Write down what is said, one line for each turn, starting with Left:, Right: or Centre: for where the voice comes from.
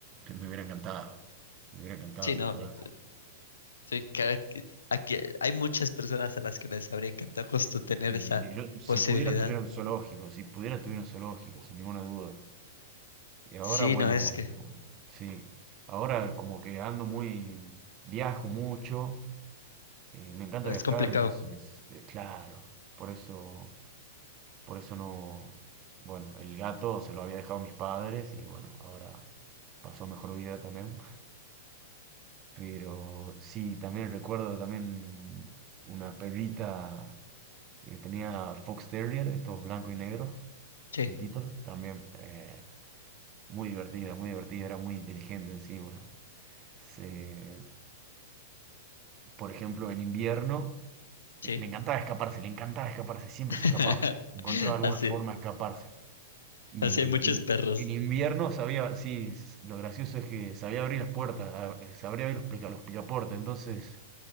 Right: me hubiera encantado. Me hubiera encantado,
Left: Sí, no.
Right: la verdad.
Left: te- sí, cada que- aquí hay muchas personas a las que les habría encantado justo tener
Right: Sí,
Left: esa
Right: yo, si
Left: posibilidad.
Right: pudiera tuviera un zoológico, si pudiera tuviera un zoológico, sin ninguna duda. Y ahora,
Left: Sí,
Right: bueno,
Left: no, es que
Right: sí, ahora como que ando muy, viajo mucho, eh, me encanta
Left: es
Right: viajar,
Left: complicado.
Right: entonces, eh, claro, por eso... Por eso no... Bueno, el gato se lo había dejado a mis padres y bueno, ahora pasó mejor vida también. <laughs> Pero sí, también recuerdo también una perrita que tenía Fox Terrier, estos blancos y negros,
Left: Sí,
Right: chiquititos, también eh, muy divertida, muy divertida, era muy inteligente encima. Se, por ejemplo, en invierno
Left: sí.
Right: eh, le encantaba escaparse, le encantaba escaparse, siempre
Left: <laughs>
Right: se escapaba, encontraba alguna
Left: Así,
Right: forma de escaparse. Y
Left: así hay muchos
Right: en,
Left: perros.
Right: en invierno sabía, sí, s- lo gracioso es que sabía abrir las puertas, a- eh, sabría abrir los, pica- los picaportes. Entonces,